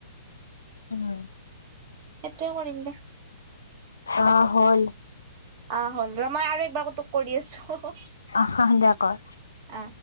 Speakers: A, on the left; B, on the right.
A: উম।
B: সেইটোৱে কৰিম দে।
A: অ, হ'ল।
B: অ, হ'ল ৰ, মই আৰু একবাৰ তোক কৰি, আছো।
A: অ, দে কৰ।
B: আ